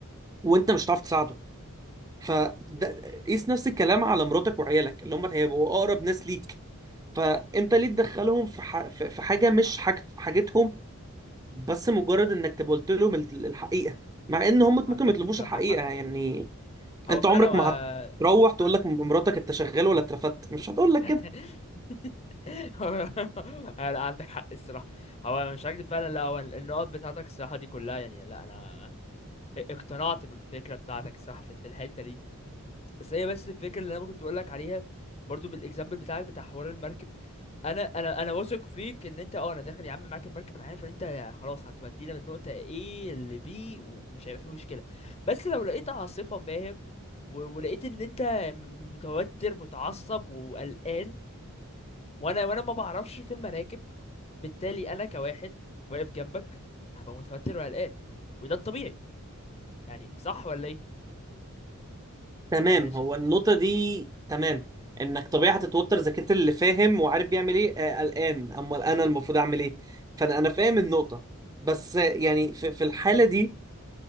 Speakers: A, on the right (about 15°); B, on the left (about 25°).
A: وانت مش هتعرف تساعده فده قيس نفس الكلام على مراتك وعيالك اللي هم هيبقوا اقرب ناس ليك فانت ليه تدخلهم في ح... في في حاجه مش حاج... حاجتهم بس مجرد انك تبقى قلت لهم ال- الحقيقه مع ان هم
B: عندك
A: ممكن ما يطلبوش
B: صراحة
A: الحقيقه
B: حق في
A: يعني
B: دي. هو
A: انت
B: فعلا
A: عمرك
B: هو
A: ما هتروح تقول
B: ما-
A: لك مراتك انت شغال ولا اترفدت مش هتقول لك
B: <laughs>
A: كده
B: هو- لا عندك حق الصراحة هو مش هكدب فعلا لا هو النقط بتاعتك الصراحة دي كلها يعني لا انا اقتنعت بالفكره بتاعتك الصراحه في في الحته دي بس هي بس الفكره اللي انا كنت اقول لك عليها برضو بالاكزامبل بتاعك بتاع حوار المركب انا انا انا واثق فيك ان انت اه انا داخل يا عم معاك المركب انا عارف ان انت خلاص هتودينا من نقطه A ل B ومش هيبقى في مشكله بس لو لقيت عاصفه فاهم و- ولقيت ان انت م- متوتر متعصب وقلقان وانا وانا ما بعرفش في المراكب بالتالي انا كواحد واقف جنبك هبقى متوتر وقلقان وده الطبيعي يعني صح ولا ايه
A: تمام
B: يعني ش...
A: هو النقطة دي تمام انك طبيعي هتتوتر اذا كنت اللي فاهم وعارف بيعمل ايه آه، قلقان امال انا المفروض اعمل ايه فانا انا فاهم النقطة بس آه، يعني في, في الحالة دي